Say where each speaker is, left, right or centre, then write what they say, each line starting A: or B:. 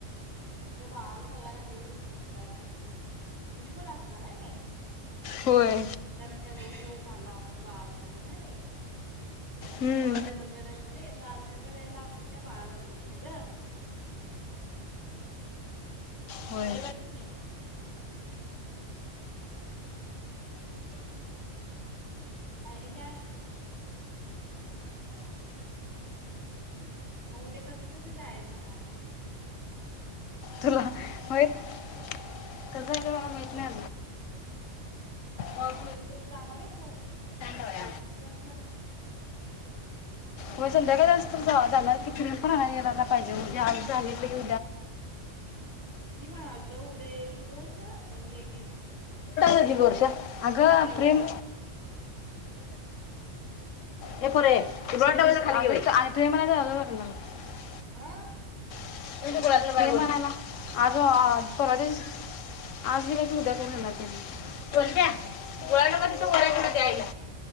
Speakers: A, on the right; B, on the left.
A: मग त्या बाळाला बघायला लई उत्सुकता हाय माझी, तुझी पण अस णार है ने
B: होय
A: कारण का लई दिवस झालं आपण बाळाला बघून है नय,
B: हम्म
A: कव्हा जनमलेलं नई बारशाच्या वेळेला आपण त्या बाळाला बघितलेलं
B: होय
A: बरोबर है की नइ? आणि काय मग उद्या कसं कसं जायचं हाय
B: तुला होय कसं आहे का मला माहित नाही
A: मग
B: अजून.
A: तुझ्या तू जाणार आहेस.
B: मग
A: टायपिंग क्लासला
B: होय संध्याकाळी असत जा जाणार की, फिरून पणयला पाहिजे <unintelligible> उद्या आणा
A: मी म्हणालतो उद्या एक दिवस हे घे म्हणून
B: <unintelligible> <unintelligible> वर्षा अगं
A: सुट्टी
B: फ्रेम <unintelligible> ये पोरे <unintelligible> <unintelligible>
A: आं
B: <unintelligible> <unintelligible> म्हणाला आग आज परवाच्या दिवशी आज दिल की उद्या करून देणार त्यांनी कोणत्या गोळाला <unintelligible> द्यायला